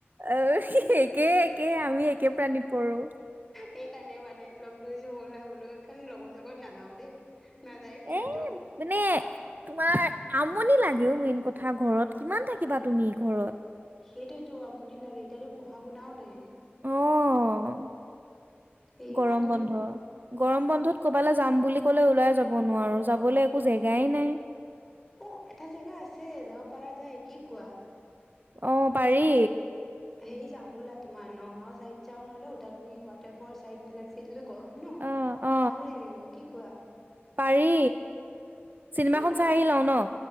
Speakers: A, on the right; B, in the centre.
A: অহ,
B: এ
A: একে, একে। আমি একে প্ৰাণীত পৰো।
B: সেইকাৰণে মানে লগ ধৰিছো বলা বোলে সেইকাৰণে লগৰ চগত নাযাও দেই। নাযায় সিহঁতেও।
A: এ মানে তোমাৰ আমনি লাগেও মেইন কথা ঘৰত, কিমান থাকিবা তুমি ঘৰত।
B: সেইটোৱেটো, আমনি লাগে। এতিয়াতো পঢ়া শুনাও নাই।
A: অহ
B: সেইকাৰণেতো
A: গৰম বন্ধ গৰম বন্ধত ক'বালে যাম বুলি ক'লেও ওলাই যাব নোৱাৰো যাবলৈ একো জেগাই নাই।
B: অ এটা জেগা আছে যাব পাৰা যায় কি কোৱা?
A: অ পাৰি।
B: হেইৰি যাম ব'লা তোমাৰ নগাঁও ছাইদ যাওঁ নহ'লে উদালগুৰি ৱাটাৰ ফল চাইদ বিলাক যিহেতু এতিয়াটো গৰম ন
A: অ' অ'
B: ভাল লাগিব কি কোৱা?
A: পাৰি। চিনেমাখন
B: ব'লা
A: চাই আহি লওঁ ন?